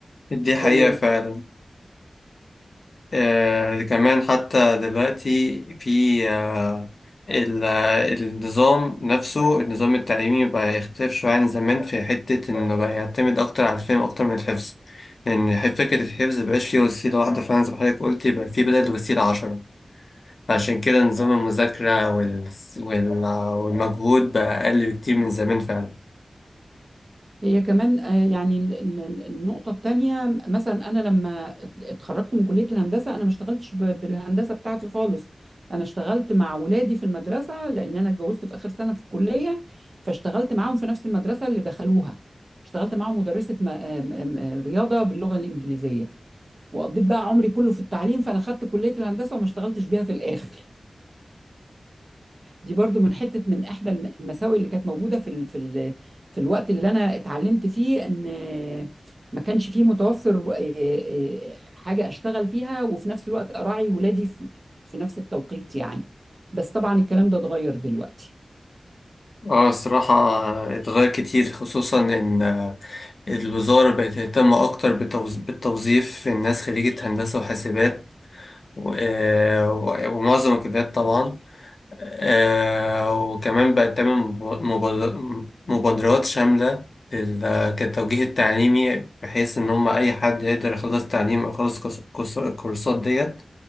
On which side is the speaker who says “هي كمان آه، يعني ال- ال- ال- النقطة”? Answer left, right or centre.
Right